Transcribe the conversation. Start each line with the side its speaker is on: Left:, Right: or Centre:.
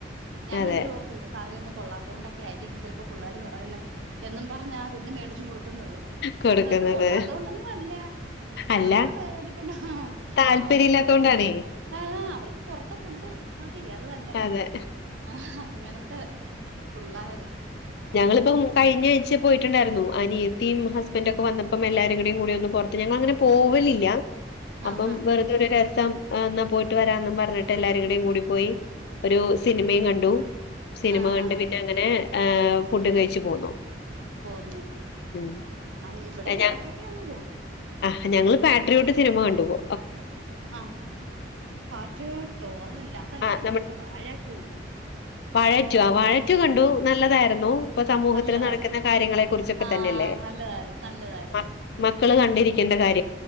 Right: ഞാനും
Left: അതെ
Right: അന്നേരം ഓർക്കും കറിയൊന്നും കൊള്ളാത്ത കൊണ്ടക്കെ ആയിരിക്കും ചിലപ്പോ പിള്ളര് പറയുന്നേ എന്നും പറഞ്ഞാ പിന്നെ മേടിച്ചു കൊടുക്കുന്നത്
Left: കൊടുക്കുന്നത്.
Right: അതാത് കൊള്ളാത്ത കൊണ്ടൊന്നും അല്ല അവർക്ക്
Left: അല്ല
Right: മേടിക്കണം
Left: താല്പര്യം
Right: അവർക്ക്
Left: ഇല്ലാത്തോണ്ടാണേ.
Right: ആ അവർ ക്ക് പൊറത്തെ ഫുഡ് മതി അത് തന്നെ
Left: അതെ
Right: ആ അങ്ങനത്തെ പിള്ളേര്
Left: ഞങ്ങളിപ്പം കഴിഞ്ഞ ആഴ്ച പോയിട്ടിണ്ടായിരുന്നു അനിയത്തിയും ഹസ്ബന്റ് ഒക്കെ വന്നപ്പം എല്ലാരും കൂടെ കൂടിയൊന്ന് പൊറ ത്ത് ഞങ്ങളങ്ങനെ പോവലില്ല അപ്പം
Right: ആഹാ
Left: വെറുതെ ഒരു ര സം എന്നാ പോയിട്ട് വരാന്നും പറഞ്ഞിട്ട് എല്ലാരെയും കൂടി പോയി ഒരു സിനിമയും കണ്ടു സിനിമ
Right: ആഹ്
Left: കണ്ട്
Right: ആഹ്
Left: പിന്നങ്ങനെ ഫുഡ് കഴിച്ചു പോന്നു
Right: പോന്നു
Left: ഉം.
Right: ആ ഇവിടെ
Left: ഞ
Right: ഇടക്കൊക്കെ ഒന്ന് പോവും
Left: ആ ഞങ്ങള് പാട്രിയോട്ട് സിനിമ കണ്ടു പോ
Right: ആ പാട്രിയോട്ടോ അതല്ല അതല്ല
Left: ആഹ്
Right: കണ്ട ഞങ്ങള് വാഴ റ്റൂ
Left: വഴ റ്റൂ ആ വഴ റ്റൂ കണ്ടു നല്ലതായിരു ന്നു ഇപ്പം സമൂഹത്തിൽ
Right: നല്ലതാ
Left: നടക്കുന്ന കാര്യാങ്ങളെ കുറിച്ചെക്കെ
Right: ആഹ്
Left: തന്നെ അല്ലേ
Right: നല്ലതായിരുന്നു നല്ലതായിരുന്നു
Left: മക് മക്ക ള് കണ്ടിരിക്കേണ്ട കാര്യം